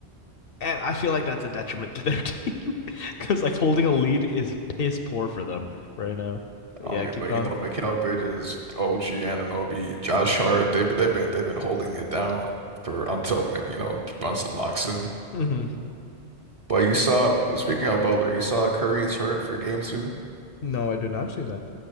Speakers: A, on the left; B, on the right.
A: And I feel like that's a detriment to their <laughs> team because like holding a lead is piss poor for them right now. Yeah,
B: I mean,
A: keep
B: but
A: going.
B: you know, Mikal Bridges, OG Anunoby, Josh Hart, they've they've been they've been holding it down for until like, you know Brunson locks in.
A: hmm
B: But you saw, speaking of Butler, you saw Curry is hurt for game two.
A: No, I did not see that.